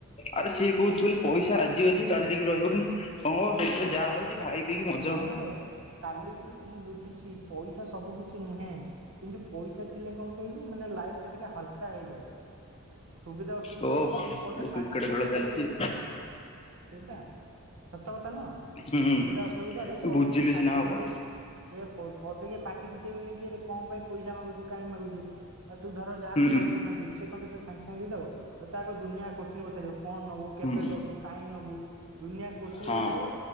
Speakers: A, on the left; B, on the right.
A: ଆରେ ସିଏ କହୁଛି କହିଲୁ ପଇସା ଆଜି ଅଛି କାଲିକି ରହିବନି, <unintelligible> ସେଇଥିପାଇଁ ଯାହା ଆଉଛି ଖାଇ ପିଇକି ମର୍
B: ହଁ ଯେ କାଲିକିି ମୁଁ ବୁଝୁଛି ପଇସା ସବୁ କିଛି ନୁହେଁ। କିନ୍ତୁ ପଇସା ଥିଲେ କଣ କହିଲୁ ମାନେ ଲାଇଫଟା ଟିକେ ହାଲକା ହେଇଯାଏ। ସୁବିଧା ଅସୁବିଧାରେ
A: ଓ ଗୋଟେ
B: କେହି ମାନେ ପଦେ ପାଟି
A: କ୍ରିକେଟ
B: ଫିଟେଇ
A: ଖେଳ ଚାଲିଛି
B: ପାରିବେନି କି ସେଇ ପା ସତ କଥା ନୁହଁ
A: ହୁଁ
B: ସୁବିଧା ଅସୁବିଧରେ ପଦେ
A: ବୁଝିଲେ
B: କେହି ପାଟି
A: ସିନା ହବ
B: ଫିଟେଇ ସେଇଆ ପ ପଦେ କେହି ପାଟି ‌ଫିଟେଇବେନି କିରେ କଣ ପାଇଁ ପଇସା ମାଗୁଛୁ କାଇଁ ମାଗୁଛୁ, ଆଉ ତୁ ଧର ଯାହାକୁ
A: ହୁଁ
B: ପଇସା ମାଗିବୁ ସେ କଣ ତତେ ସାଙ୍ଗେ ସାଙ୍ଗେ ଦେଇଦବ? ତତେ ଆଗ ଦୁନିଆ କୋଶ୍ଚିନ୍ ପଚାରିବ। କଣ ନବୁ
A: ହୁଁ
B: କେବେ ଦବୁ କାଇଁ ନବୁ ଦୁନିଆ କୋଶ୍ଚିନ
A: ହଁ
B: ପଚାରିବ